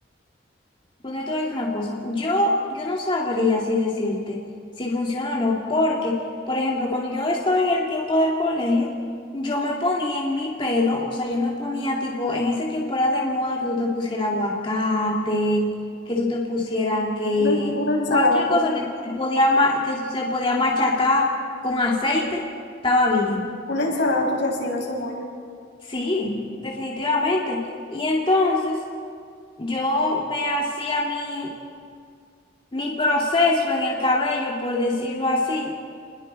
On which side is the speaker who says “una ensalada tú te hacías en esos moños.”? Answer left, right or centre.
Left